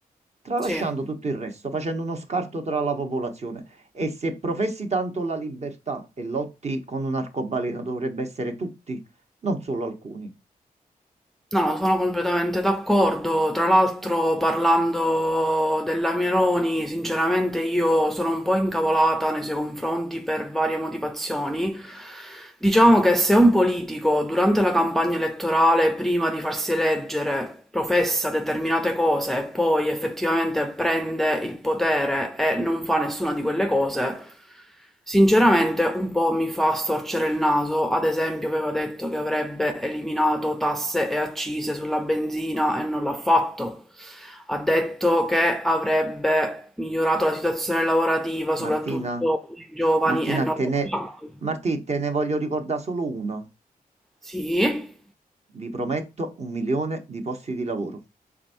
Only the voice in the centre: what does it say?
sì.
No, sono completamente d'accordo. Tra l'altro, parlando della Meloni, sinceramente io sono un po' incavolata nei suoi confronti per varie motivazioni. Diciamo che se un politico durante la campagna elettorale, prima di farsi eleggere, professa determinate cose e poi effettivamente prende il potere e non fa nessuna di quelle cose, Sinceramente un po' mi fa storcere il naso, ad esempio aveva detto che avrebbe eliminato tasse e accise sulla benzina e non l'ha fatto. Ha detto che avrebbe migliorato la situazione lavorativa, soprattutto
per i giovani,
e non
l'ha
fatto.
Sì,